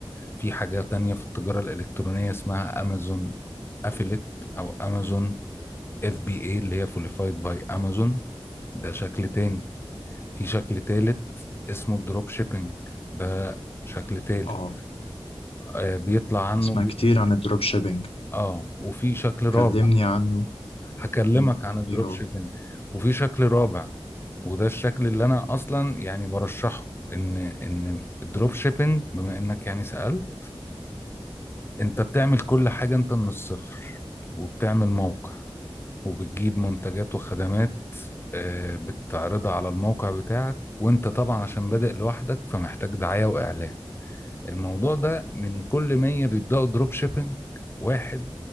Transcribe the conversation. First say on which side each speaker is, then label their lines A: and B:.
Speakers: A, on the left; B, on the left.
A: في حاجة تانية في التجارة الإلكترونية اسمها أمازون أفلت أو أمازون اف بي اي اللي هي فوليفايد باي أمازون ده شكل تاني في شكل تالت اسمه الدروب شيبينج ده شكل تالت
B: اه
A: آه، بيطلع عنه
B: اسمع
A: ج-
B: كتير عن الدروب شيبينج
A: اه وفي شكل رابع
B: كلمني عنه
A: هكلمك
B: مم.
A: عن الدروب
B: ايه هو
A: شيبينج وفي شكل رابع وده الشكل اللي انا اصلا يعني برشحه ان ان الدروب شيبينج بما انك يعني سألت انت بتعمل كل حاجة انت من الصفر وبتعمل موقع وبتجيب منتجات وخدمات آه، بتعرضها على الموقع بتاعك وانت طبعا عشان بادئ لوحدك فمحتاج دعاية واعلان الموضوع ده من كل 100 بيبداوا دروب شيبينج واحد